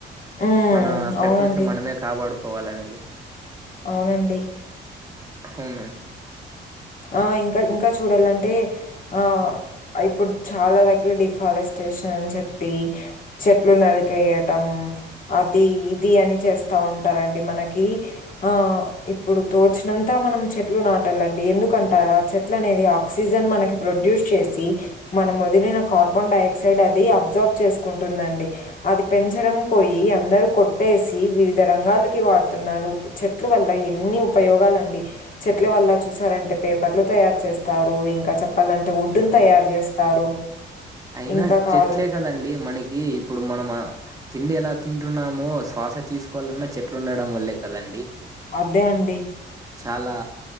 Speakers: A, on the left; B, on the right.
A: హ్మ్.
B: మన ప్రకృతిని
A: అవునండి.
B: మనమే కాపాడుకోవాలండి.
A: అవునండి
B: అవునండి
A: ఆ ఇంకా ఇంకా చూడాలంటే ఆ ఆ ఇప్పుడు చాలా దగ్గర డిఫారెస్టేషన్ అని చెప్పి చెట్లు నరికేయటం అది ఇది అని చేస్తా ఉంటారండి మనకి ఆ ఇప్పుడు తోచినంతా మనం చెట్లు నాటాలండి ఎందు కుంటారా చెట్లు అనేది ఆక్సిజన్ మనకి ప్రొడ్యూస్ చేసి మనం వదిలిన కార్బన్ డైఆక్సైడ్ అది అబ్జార్బ్ చేసుకుంటుందండి. అది పెంచడం పోయి అందరు కొట్టేసి వివిధ రంగాలకి వాడుతున్నారు చెట్ చెట్ల వల్ల ఎన్ని ఉపయోగాలుండి చెట్ల వల్ల చూసారంటే పేపర్లు తయారు చేస్తారు. ఇంకా చెప్పాలంటే వుడ్ను
B: అవును
A: తయారు చేస్తారు.
B: అయినా
A: ఇంకా కావాల
B: చెట్లే కదండి మనకి ఇప్పుడు మనం తిండి ఎలా తింటున్నామో శ్వాస తీసుకోవాలన్నా చెట్లు ఉండడం వల్లే కదండి.
A: అదే అండి
B: చాలా